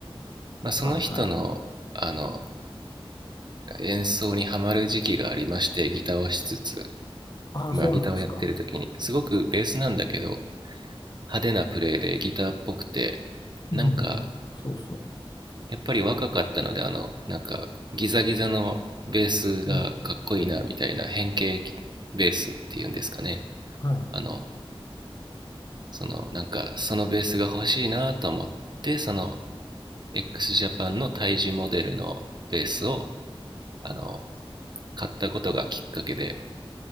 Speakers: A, on the right (about 50°); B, on the left (about 45°).
A: まあ、その人の、
B: はいはい。
A: あの、演奏にハマる時期がありまして、ギターをしつつ、
B: ああ、
A: まあ、
B: そうなんですか。
A: ギターをやってる時に、すごくベースなんだけど、派手なプレーでギターっぽくて、
B: うんうん。
A: なんか、
B: そうそ
A: やっぱり若かったので、あの、なんか、ギザギザのベースがかっこいいな、
B: う。うん。
A: みたいな変形ベースっていうんですかね。
B: はい。
A: あの、その、なんか、そのベースが欲しいなと思って、その、x ジャパンの胎児モデルのベースを、あの、買ったことがきっかけで、